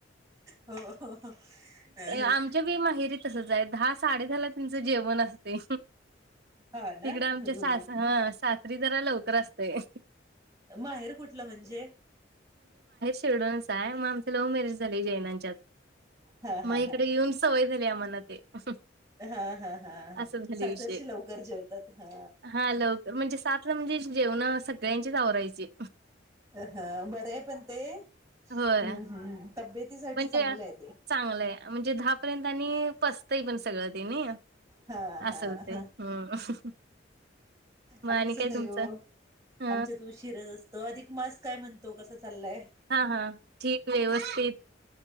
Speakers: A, on the right; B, on the right.
A: हो हो हो.
B: आमच्या बी माहेरी तसच दहा साडे दाला तचं जेवण असते
A: हो ना
B: तिकडं आमच्या
A: हम्म.
B: सास हा सासरी जरा लवकर असतेय
A: माहेर कुठलं म्हणजे
B: किरडूनच आहे आमचं लव्ह मॅरेज झाले जैनांच्या
A: हा हा
B: इकडं
A: हा
B: येऊन सवय झाल्या म्हणा तेच
A: हा हा हा हा
B: अस झालय
A: सासरची
B: विषय
A: लवकर जेवतात हा
B: हा लवकर म्हणजे सातला म्हणजे जेवण सगळ्यांचेच आवरायचे
A: हा बरे आहे पण ते हम्म
B: होय
A: हम् तब्येतीसाठीठी
B: म्हणजे
A: चांगलं आहे ते
B: चांगलंय म्हणजे दहा पर्यंत पसतं पण सगळं
A: हा हा
B: अससल ते
A: हा
B: हम्म
A: आमचं
B: मग आणि काय
A: नाही
B: तुमचं
A: हो
B: ह
A: आमच्यात उशीरच असत अधिक मास काय म्हण. ल्ले
B: हा हा ठीक व्यवस्थित